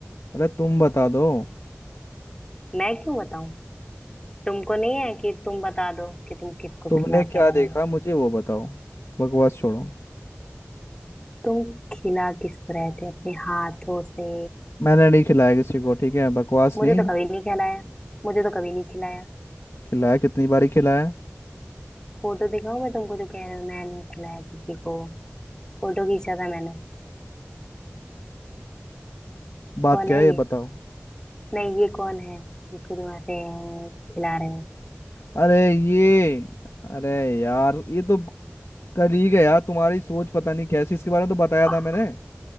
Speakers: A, on the left; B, on the left.
A: अरे तुम बता दो
B: मैं क्यों बताऊं तुमको नहीं है कि तुम बता दो कि तुम किसको
A: तुमने
B: खिला
A: क्या
B: के आ
A: देखा
B: रहे हो
A: मुझे वो बताओ बकवास छोड़ो
B: तुम खिला किसको रहे थे अपने हाथों से
A: मैंने नहीं खिलाया किसी को ठीक है बकवास
B: मुझे
A: नहीं
B: तो कभी नहीं खिलाया मुझे तो कभी नहीं खिलाया
A: खिलाया कितनी बारी खिलाया
B: फोटो दिखाऊं मैं तुमको जो कह रहे हो मैंने खिलाया किसी को फोटो खींचा था मैंने
A: बात
B: कौन
A: क्या
B: है
A: है ये
B: ये
A: बताओ
B: नहीं ये कौन है जिसको तुम ऐसे खिला रहे हो
A: अरे ये अरे यार ये तो कलीग है यार तुम्हारी सोच पता नहीं कैसी इसके बारे में तो बताया
B: आह
A: था मैंने